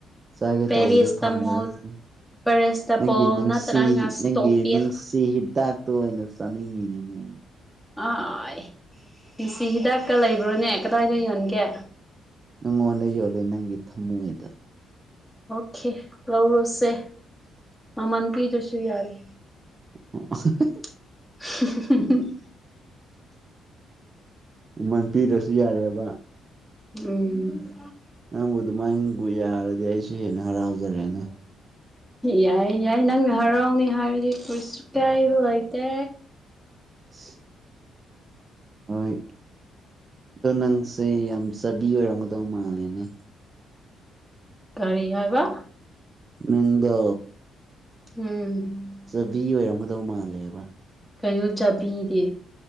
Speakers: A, on the right; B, in the centre.
A: ꯆꯥꯒꯦ
B: ꯄꯦꯔꯦꯁꯇꯥꯃꯣꯜ
A: ꯇꯧꯕꯗꯣ ꯐꯪꯗꯕꯒꯤ
B: ꯄꯦꯔꯦꯁꯇꯥꯄꯣꯜ
A: ꯅꯪ ꯅꯨꯡꯁꯤ
B: ꯅꯠꯇ꯭ꯔꯒ ꯁ꯭ꯇꯣꯄꯦꯠ
A: ꯅꯪꯒꯤ ꯅꯨꯡꯁꯤ ꯍꯤꯗꯥꯛ ꯇꯣ ꯑꯣꯏꯅ ꯆꯥꯅꯤꯡꯉꯤꯅꯤꯅꯦ
B: ꯑꯥꯥꯏ ꯅꯨꯡꯁꯤ ꯍꯤꯗꯥꯛꯀ ꯂꯩꯕ꯭ꯔꯣꯅꯦ ꯀꯗꯥꯏꯗ ꯌꯣꯟꯒꯦ
A: ꯅꯪꯉꯣꯟꯗ ꯌꯣꯜꯂꯦ ꯅꯪꯒꯤ ꯊꯝꯃꯣꯏꯗ
B: ꯑꯣꯀꯦ ꯂꯧꯔꯣꯁꯦ ꯃꯃꯜ ꯄꯤꯗ꯭ꯔꯁꯨ ꯌꯥꯔꯦ
A: ꯑꯣ
B: <unintelligible>
A: ꯃꯃꯜ ꯄꯤꯗꯔꯁꯨ ꯌꯥꯔꯦꯕ
B: ꯎꯝ
A: ꯅꯪꯕꯨ ꯑꯗꯨꯃꯥꯏꯅꯕꯨ ꯌꯥꯔꯗꯤ ꯑꯩꯁꯨ ꯍꯦꯟꯅ ꯍꯔꯥꯎꯖꯔꯦꯅꯦ
B: ꯌꯥꯏ ꯌꯥꯏ ꯅꯪꯅ ꯍꯔꯥꯎꯅꯤ ꯍꯥꯏꯔꯗꯤ ꯀꯔꯤꯁꯨ ꯀꯥꯏꯕ ꯂꯩꯇꯦ
A: <unintelligible> ꯍꯣꯏ ꯑꯗꯣ ꯅꯪꯁꯦ ꯌꯥꯝ ꯆꯕꯤ ꯑꯣꯏꯔꯝꯒꯗꯧ ꯃꯥꯜꯂꯦꯅꯦ
B: ꯀꯔꯤ ꯍꯥꯏꯕ
A: ꯅꯪꯗꯣ
B: ꯎꯝ
A: ꯆꯕꯤ ꯑꯣꯏꯔꯝꯒꯗꯧ ꯃꯥꯜꯂꯦꯕ
B: ꯀꯩꯅꯣ ꯆꯥꯕꯤꯗꯤ